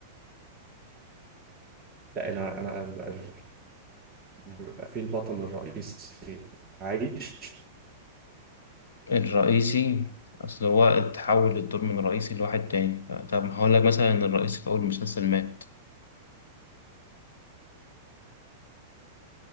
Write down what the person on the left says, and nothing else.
الرئيسي أصل هو اتحول الدور من رئيسي لواحد تاني ف- طب هقول لك مثلا إن الرئيسي في أول المسلسل مات